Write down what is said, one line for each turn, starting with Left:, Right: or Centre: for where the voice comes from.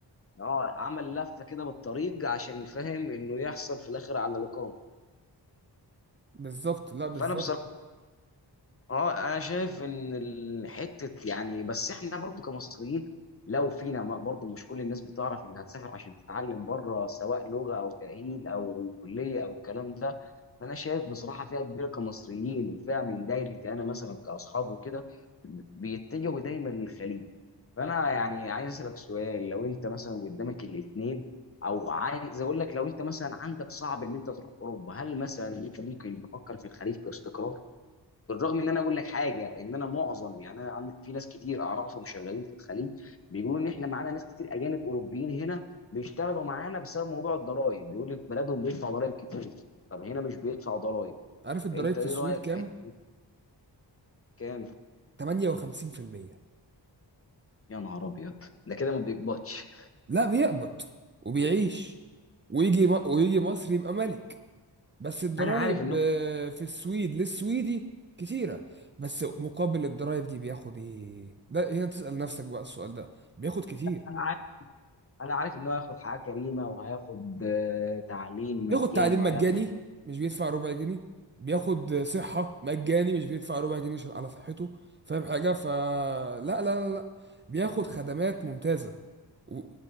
Left: اه عمل لفه كده بالطريق عشان فاهم انه يحصل في الاخر على الاقامه
Right: بالظبط لا بالظبط
Left: فانا بصراحه اه انا شايف ان الحته يعني بس احنا برضو كمصريين لو فينا ما- برضو مش كل الناس بتعرف انها تسافر عشان تتعلم بره سواء لغه او تاهيل او كليه او الكلام ده فانا شايف بصراحه فئه كبيره كمصريين وفئه من دايرتي انا مثلا كاصحابي وكده بيتجهوا دايما للخليج فانا يعني عايز اسالك سؤال لو انت مثلا قدامك الاثنين او عايز اقول لك لو انت مثلا عندك صعب ان انت تروح اوروبا هل مثلا انت ممكن تفكر في الخليج باستقرار بالرغم ان انا اقول لك حاجه ان انا معظم يعني انا عندي- في ناس كتير اعرفهم شغالين في الخليج بيقولوا ان احنا معانا ناس كتير اجانب اوروبيين هنا بيشتغلوا معانا بسبب موضوع الضرائب بيقول لك بلدهم بيدفع ضرائب كتير طب هنا مش بيدفع ضرائب
Right: عارف الضرايب
Left: فانت
Right: في
Left: ايه
Right: السويد
Left: رايك
Right: كام
Left: في حته كام
Right: 58%
Left: يا نهار ابيض ده كده ما بيقبضش
Right: لا بيقبض وبيعيش ويجي ويجي مصر يبقى ملك بس الضرايب
Left: انا عارف ان هو
Right: آه، في السويد للسويدي كتيرة بس مقابل الضرايب دي بياخد ايه ده هنا تسأل نفسك بقى السؤال ده بياخد كتير
Left: انا عارف انا عارف ان هو هياخد حياه كريمه وهياخد آه، تعليم
Right: بياخد
Left: مجاني
Right: تعليم
Left: وهياخد
Right: مجاني مش بيدفع ربع جنيه بياخد صحة مجاني مش بيدفع ربع جنيه عشان- على صحته فاهم حاجة فلا لا لا لا لا. بياخد خدمات ممتازة و...